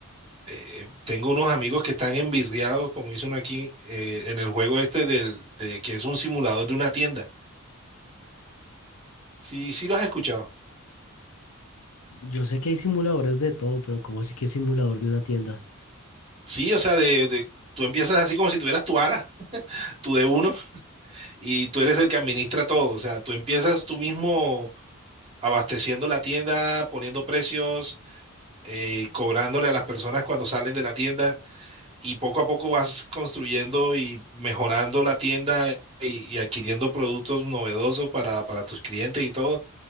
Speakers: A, on the right; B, on the left.
A: Eh, tengo unos amigos que están envirriados, como dice uno aquí, eh, en el juego este del, de que es un simulador de una tienda. Sí, sí lo has escuchado.
B: Yo sé que hay simuladores de todo, pero ¿cómo así que simulador de una tienda?
A: Sí, o sea, de, de- tú empiezas así como si tuvieras tu ARA, tu d uno y tú eres el que administra todo. O sea, tú empiezas tú mismo abasteciendo la tienda, poniendo precios, eh, cobrándole a las personas cuando salen de la tienda y poco a poco vas construyendo y mejorando la tienda y, y adquiriendo productos novedosos para, para tus clientes y todo.